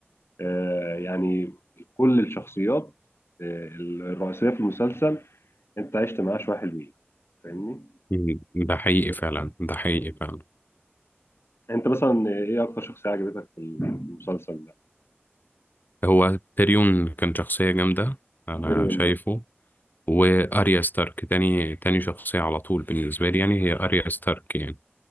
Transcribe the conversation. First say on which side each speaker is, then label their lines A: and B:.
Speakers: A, on the left (about 70°); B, on the left (about 45°).
A: آه يعني كل الشخصيات آه الرئيسية في المسلسل أنت عشت معاه شوية حلوين فاهمني؟
B: مم، ده حقيقي
A: آه،
B: فعلا ده حقيقي فعلا
A: أنت مثلا إيه أكتر شخصية عجبتك في المسلسل ده؟
B: هو تيريون كان شخصية جامدة انا
A: تيريون
B: شايفه واريا ستارك تاني تاني شخصية على طول بالنسبة لي يعني هي اريا ستارك يعني